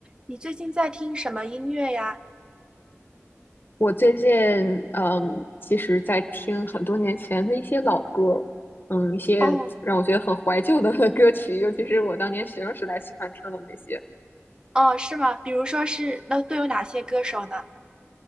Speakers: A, on the right; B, on the left.
A: 你最近在听什么音乐呀？
B: 我最近嗯，其实在听很多年前的一些老歌儿嗯，一些让我觉得很怀旧的
A: 哦，
B: <laughs> 歌曲，尤其是我当年学生时代喜欢听的那些。
A: 哦，是吗？比如说是，那都有哪些歌手呢？